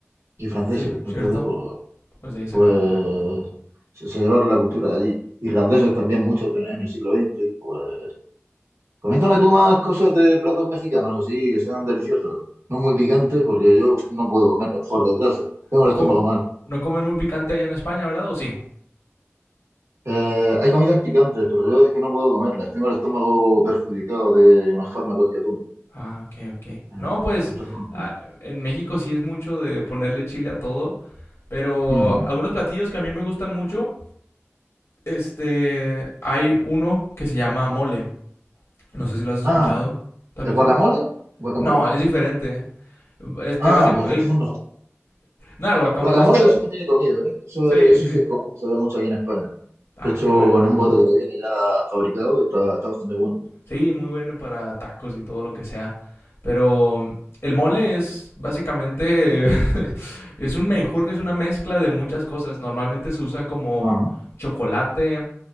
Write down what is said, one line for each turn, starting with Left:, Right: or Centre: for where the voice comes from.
Right: y franceses,
Left: Sí, cierto.
Right: entonces, pues,
Left: Pues de ahí sacaron.
Right: pues se, se llevaron la cultura de allí. Irlandeses también, muchos en el siglo XX, pues Coméntame tú más cosas de platos mexicanos, así que sean deliciosos. No muy picantes, porque yo no puedo comerlos, por desgracia. Tengo
Left: No,
Right: el estómago
Left: com-
Right: mal.
Left: no comen muy picante allá en España, ¿verdad? ¿O sí?
Right: Eh, hay comidas picantes, pero yo es que no puedo comerlas. Tengo el estómago perjudicado de unos fármacos que tomo.
Left: Ah, ok, ok.
Right: Mm,
Left: No, pues
Right: Entonces no
Left: ah,
Right: puedo.
Left: en México sí es mucho de ponerle chile a todo, pero
Right: Ujú.
Left: algunos platillos que a mí me gustan mucho Este, hay uno que se llama mole. No sé si lo has escuchado,
Right: Ah,
Left: tal
Right: ¿el
Left: vez
Right: guacamole?
Left: sí.
Right: ¿Guacamole?
Left: No, es diferente. Este,
Right: Ah,
Left: basi-
Right: pues
Left: el-
Right: entonces no.
Left: nada, el guacamole
Right: Guacamole
Left: es con...
Right: eso también he comido, ¿eh? Eso,
Left: Sí,
Right: eso
Left: sí.
Right: sí es común, se ve mucho aquí en España.
Left: Ah,
Right: De hecho,
Left: qué bueno,
Right: en
Left: qué
Right: un
Left: bueno.
Right: bote que te viene ya fabricado, está, está bastante bueno.
Left: Sí, muy bueno para tacos y todo lo que sea. Pero el mole es básicamente, <laughs> es un menjurje, es una mezcla de muchas cosas. Normalmente se usa como
Right: Ajá.
Left: chocolate,